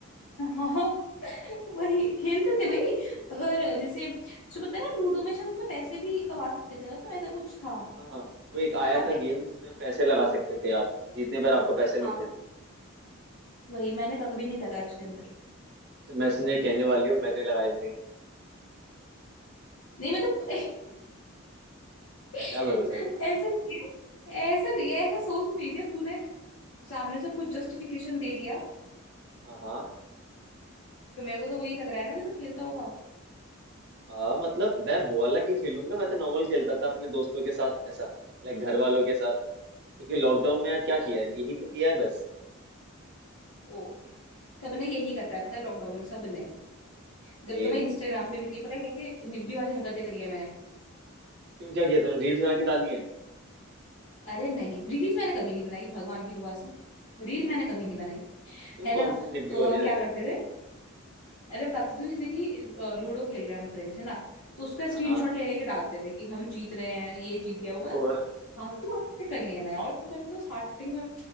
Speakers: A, on the left; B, on the right.
A: हाँ <laughs> वही खेलते थे भाई अगर जैसे जो पता है ना लूडो में शायद उसमें पैसे भी कमा सकते थे ना तो ऐसा कुछ था
B: हाँ वो एक आया
A: था
B: था
A: क्या
B: गेम जिसमें पैसे लगा सकते थे आप जीतने पर आपको पैसे मिलते
A: हाँ पर
B: थे
A: वही मैंने कभी नहीं लगाया उसके अंदर
B: तो मैं सुनने कहने वाली हूँ मैंने लगाए थे
A: नहीं मतलब <laughs>
B: क्या भरोसा है तुम्हारा
A: ऐसा नहीं है ऐसा नहीं है
B: ना
A: ऐसा सोच नहीं रही थी अब तूने सामने से खुद जस्टिफिकेशन दे दिया
B: हाँ हाँ
A: तो मेरे को तो वही लग रहा है ना कि तू खेलता होगा
B: आ, मतलब मैं वो वाला क्यों खेलूंगा मैं तो नॉर्मल खेलता था अपने दोस्तों के साथ ऐसा लाइक घर वालों के साथ क्योंकि लॉकडाउन में यार क्या किया
A: अच्छा,
B: है यही तो किया है बस
A: ओके सबने यही कर रहा है पता है लॉकडाउन में सबने जब
B: सेम
A: तो मैं इंस्टाग्राम पे भी थी पता है कैसे निब्बी वाली हरकतें करी है मैंने
B: क्यों क्या किया तुमने रील्स बना के डाली है
A: अरे नहीं रील्स मैंने कभी नहीं बनाई भगवान की दुआ से रील मैंने कभी नहीं बनाई
B: तो
A: है
B: कौन
A: ना
B: सी निब्बी
A: तो
B: वाली
A: हम
B: हरकत
A: क्या करते थे अरे बताते थे जैसे कि अ, लूडो खेल रहे हैं हम फ्रेंड्स है ना तो उसका स्क्रीनशॉट
B: हाँ हाँ
A: ले लेके डालते थे कि हम जीत रहे हैं ये जीत गया
B: ओहो
A: वो मतलब कि फालतू हरकतें करी है ना यार तो मैंने तो स्टार्टिंग में